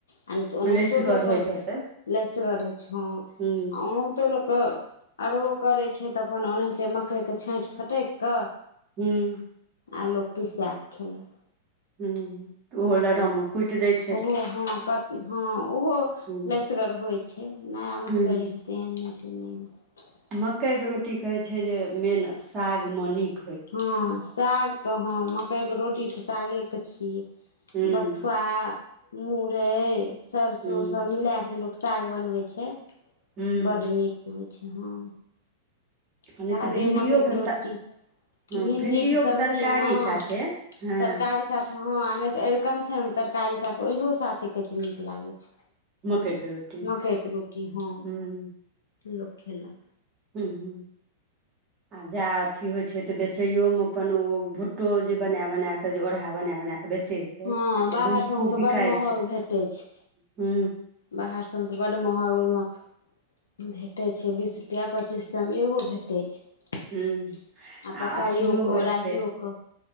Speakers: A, on the left; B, on the right.
A: आ नै तऽ ओनाहितो
B: लसिगर
A: लोक क
B: होइत हेतै
A: लसगर होय छो
B: हूं
A: ओ कतो लोकके अरबो करै छै तऽ अपन ओनाहिते मकइके छाँइट फटैक कऽ
B: हुम्म
A: आ लोक पिसा के खेलक।
B: हू ओहो लरम कुट दैत।
A: ओहो हँ क हँ ओहो
B: हूं
A: लइसगर होइ छै नयामे
B: हूं
A: करैत छै। केहन नहि छै नहि नहि छै।
B: मकई के रोटी कहै छै, जे मेन साग म निक
A: हँ साग तऽ ह कई के रोटी तऽ सागेके छी
B: हूं
A: बथुआ मुरइ सरिसो
B: हूं
A: सब मिलाकऽ जे लोक साग बनबै छै
B: हूं
A: बड्ड नीक होइ छै हँ।
B: आ
A: सागे
B: नहि तऽ भिंडियोके
A: मकइके रोटी
B: हँ
A: भिंडीे
B: भिंडियोके
A: के सब्जीमऽ
B: तरकारी साथे हँ
A: तरकारी साथे ह नहि तऽ अड़िकं के तरकारी साथे ओहियो साथे कहै छै नीक लागे छै।
B: मकइके रोटी
A: मकई के रोटी हँ
B: हूं
A: लोक खेलक।
B: ह्म्म आ जा अथी होय छै तऽ बेचयो मे अपन ओ भुट्टो जे बना बना कऽ के जे ओढ़ा बना बना बेचे छै
A: हँ
B: तऽ
A: बाहर
B: ओहो मे
A: सबमे
B: खुब
A: तऽ
B: बिकाय
A: बड्ड
B: छै।
A: महग भेटै छै।
B: हू।
A: बाहर सबमे तऽ बड महग ओहिमे। भेटै छै बीस रुपआ पच्चीस रुपआ मे एगो भेटै छै। आ
B: हूँ आ
A: पकाइयो
B: अथियो
A: क
B: होइ
A: ओराहियओ
B: छै
A: क।